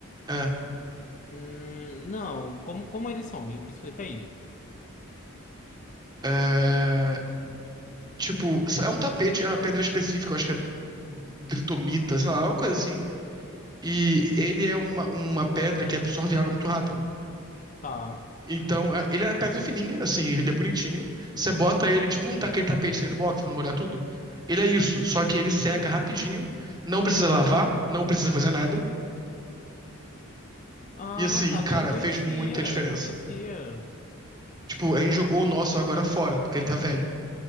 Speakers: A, on the right; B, on the left.
A: É.
B: Hum, não. Como, como eles são? Me, me explica aí.
A: é, tipo, é um tapete, é uma pedra específica, eu acho que é dritomita, sei lá, é uma coisa assim. E ele é uma, uma pedra que absorve água muito rápido.
B: Tá.
A: Então, é- ele é pedra fininha, assim, ele é bonitinho. Você bota ele, tipo um aquele tapete aí do box pra não molhar tudo. Ele é isso, só que ele seca rapidinho, não precisa lavar, não precisa fazer nada.
B: Ah,
A: E assim,
B: tá.
A: cara,
B: Não conhecia.
A: fez muita diferença.
B: Não conhecia.
A: Tipo, a gente jogou o nosso agora fora, porque ele tá velho.